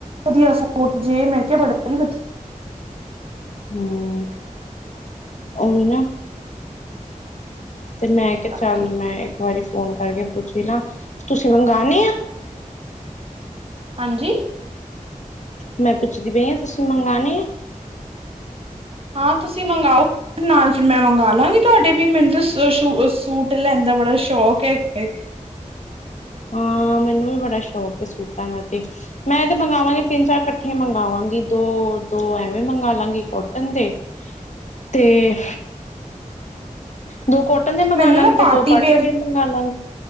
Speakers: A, on the right; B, on the left.
A: ਵਦੀਆ ਸੂਟ ਜੇ ਮੈਂ ਕੇਆ ਬੜਾ ਈ ਵਦੀ
B: ਹੂੰ, ਓ ਵੀ ਨਾ ਤੇ ਮੈਂ ਕੇਆ
A: ਬਾਕੀ
B: ਚੱਲ ਮੈ ਏ ਕ ਵਾਰੀ ਫੋਨ ਕਾਰਕੇ ਪੁੱਛ ਲਾ, ਤੁਸੀਂ ਮੰਗਾਣੇ ਆ
A: ਹਾਂਜੀ।
B: ਮੈਂ ਪੁੱਛਦੀ ਪਈ ਆ ਤੁਸੀਂ ਮੰਗਾਣੇ ਐ
A: ਆ ਤੁਸੀਂ ਮੰਗਾਓ ਨਾਲ ਫਿਰ ਮੈਂ ਮੰਗਾ ਲਾਗੀ ਤਵਾਡੇ ਵੀ ਮੈਨੂੰ ਸ ਸੁ ਸੂਟ ਲੈਣ ਦਾ ਬੜਾ ਸ਼ੌਕ ਹੈਗਾ ਏ
B: ਹਾਂ, ਮੈਨੂੰ ਵੀ ਬੜਾ ਸ਼ੌਕ ਐ ਸੂਟਾ ਦਾ ਤੇ ਮੈਂ ਤੇ ਮੰਗਵਾਂਗੀ ਤਿੰਨ-ਚਾਰ ਕਠੇ ਮੰਗਵਾਂਗੀ ਦੋ-ਦੋ ਐਵੇਂ ਮੰਗਾ ਲਾਗੀ ਕੋਟਨ ਦੇ ਤੇਂ। ਦੋ ਕੋਟਨ ਦੇ ਮੰਗਾ
A: ਮੈਨੂੰ
B: ਲਾਗੀ
A: ਨਾ
B: ਤੇ ਦੋ ਪਾਰਟੀ
A: ਵੇਅਰ
B: ਵਿਅਰ ਮੰਗਾ ਲਾਂਗੀ